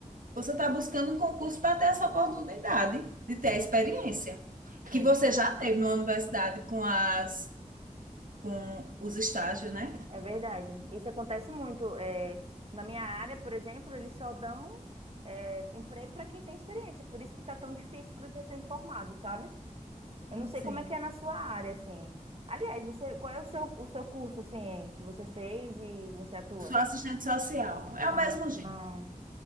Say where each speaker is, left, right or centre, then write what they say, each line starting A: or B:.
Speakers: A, on the right (about 80°); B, on the right (about 45°).
A: Você está buscando um concurso para ter essa oportunidade de ter a experiência que
B: É,
A: você já teve na universidade com as com os estágios, né?
B: é verdade. Isso acontece muito. É, na minha área, por exemplo, eles só dão é, emprego para quem tem experiência. Por isso que está tão difícil para os recém-formados, sabe? Eu não sei
A: Sim.
B: como é que é na sua área, assim. Aliás, você, qual é o seu, o seu curso, assim, que você fez e você atua?
A: Sou assistente social. É
B: Ah,
A: o mesmo jeito.
B: ah.